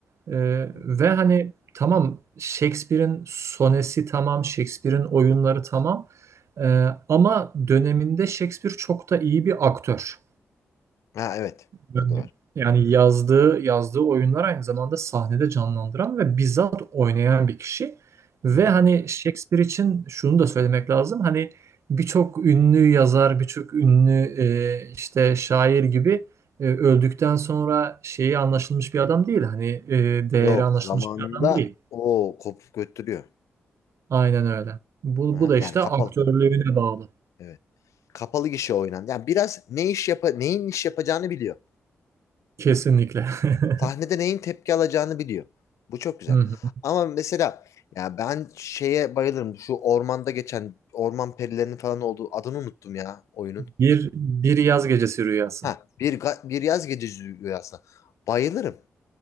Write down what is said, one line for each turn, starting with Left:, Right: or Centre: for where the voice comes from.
Right: E,
Left: Hı.
Right: ve hani tamam Shakespeare'in sonesi tamam, Shakespeare'in oyunları tamam. E, ama döneminde Shakespeare çok da iyi bir aktör.
Left: Ha evet.
Right: Yani
Left: Bu da var.
Right: yani yazdığı yazdığı oyunlar aynı zamanda sahnede canlandıran ve bizzat oynayan bir kişi. Ve
Left: Hı hı.
Right: hani Shakespeare için şunu da söylemek lazım. Hani birçok ünlü yazar, birçok ünlü e, işte şair gibi e, öldükten sonra şeyi anlaşılmış bir adam değil. Hani e, değeri
Left: Yok,
Right: anlaşılmış
Left: zamanında
Right: bir adam değil.
Left: o kopup götürüyor.
Right: Aynen öyle. Bu,
Left: Hı hı.
Right: bu da
Left: Yani
Right: işte
Left: kapalı.
Right: aktörlüğüne bağlı.
Left: Evet. kapalı gişe oynandı. Yani biraz ne iş yapa neyin iş yapacağını biliyor.
Right: Kesinlikle. <laughs>
Left: Sahnede neyin tepki alacağını biliyor. Bu çok güzel.
Right: Hı hı.
Left: Ama mesela ya ben şeye bayılırım. Şu ormanda geçen orman perilerinin falan olduğu adını unuttum ya oyunun.
Right: Bir bir yaz gecesi rüyası.
Left: Ha bir ga- bir yaz gecesi rüyasına. Bayılırım